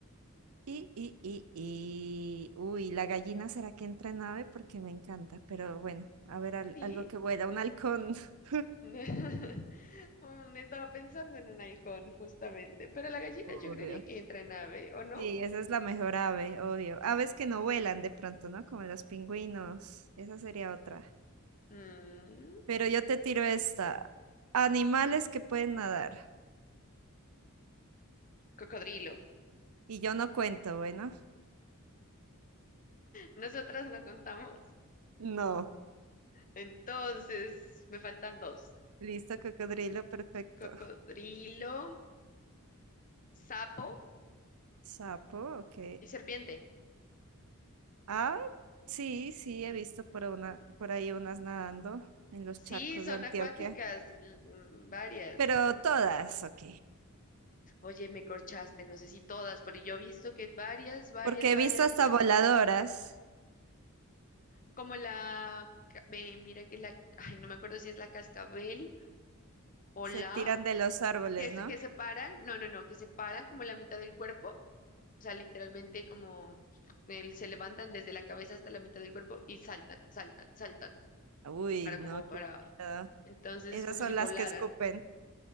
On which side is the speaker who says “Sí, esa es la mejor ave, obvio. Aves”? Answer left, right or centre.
Right